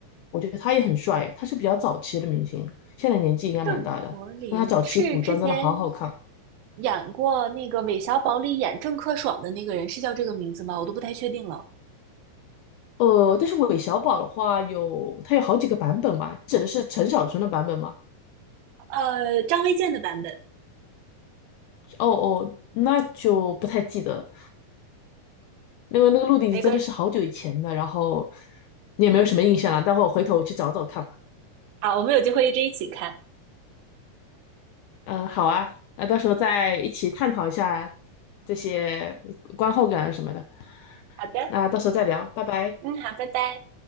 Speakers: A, on the left (about 75°); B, on the right (about 90°).
A: 我觉得他也很帅诶他是比较早期的明星，现在年纪应该蛮大的。
B: 郑国林是之前
A: 那他早期古装真的好好看。
B: 演过那个韦小宝里演郑克爽的那个人，是叫这个名字吗？我都不太确定了。
A: 呃，但是韦小宝的话有，他有好几个版本吧？指的是陈小春的版本吗？
B: 呃，张卫健的版本。
A: 哦哦，那就不太记得了。那个那个《鹿鼎记》真的是好久以前的，
B: 玫瑰。
A: 然后你也没有什么印象了。待会儿我回头我去找找看吧。
B: 好，我们有机会一直一起看。
A: 嗯，好啊，那到时候再一起探讨一下这些呃观后感啊什么的。
B: 好的，
A: 那到时候再聊，拜拜。
B: 嗯，好，拜拜。